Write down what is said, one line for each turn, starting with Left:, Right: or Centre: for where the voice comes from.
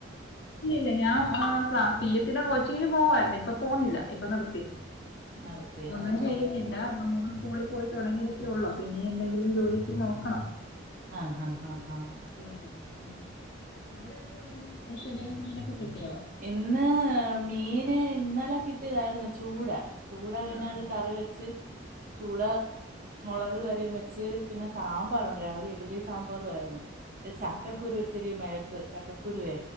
Left: ഇല്ലില്ല ഞാൻ പി എസ് സി യുടെ കോച്ചിങ്ങിന് പോകുവായിരുന്നു ഇപ്പൊ പോകുന്നില്ല ഇപ്പൊ നിർ പി
Right: നിർത്തി
Left: ഒന്നും
Right: ആ
Left: ചെയ്യുന്നി ഇല്ല ഇപ്പം മോൻ സ്കൂളിൽ പോയി തുടങ്ങിയതൊക്കെ ഉള്ളൂ അപ്പം ഇനി എന്തെങ്കിലും ജോലിക്ക് നോക്കണം
Right: ആഹ് ആഹ് ആഹ് ആഹ്
Left: ഉമ് അവിടെന്തുവാ ഇന്ന് സ്പെഷ്യല് മീനൊക്കെ കിട്ടിയോ
Right: ഇന്ന് മീന് ഇന്നലെ കിട്ടിയതായിരുന്നു ചൂട ചൂട പിന്നെ
Left: ആ
Right: അത് കറി വെച്ച് ചൂട മുളക് കറിയും വെച്ച് പിന്നെ സാമ്പാറുണ്ട് രാവിലെ ഇഡലിയും സാമ്പാറും ആയിരുന്ന് ചക്കക്കുരു
Left: ആ
Right: ഇച്ചിരി മെഴക്ക് ചക്കക്കുരുവേ